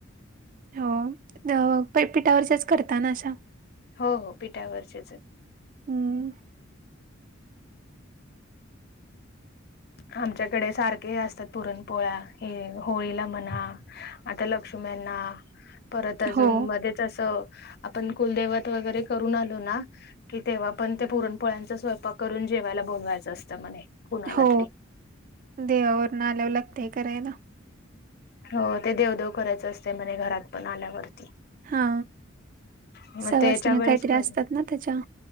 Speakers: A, on the right; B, on the left.
A: हो पिठावरच्याच करता ना अशा?
B: हो हो पिठावरचेच आहेत.
A: हम्म
B: आमच्याकडे सारखे असतात पुरणपोळ्या हे होळीला म्हणा आता लक्ष्मींना परत अजून
A: हो
B: मध्ये तसं आपण कुलदैवत वगैरे करून आलो ना कि तेव्हा पण ते पुरणपोळ्यांचा स्वयंपाक करून जेवायला बोलवायचं असतं म्हणे. कुणाला
A: हो
B: तरी
A: देवावरनं आल्यावर लागतय करायला.
B: हो ते देवदेव करायचं असते म्हणे घरात पण आल्यावरती.
A: हा...
B: मग
A: सवासण्या
B: त्याच्या वेळेस
A: काहीतरी
B: पण
A: असतात ना त्याच्या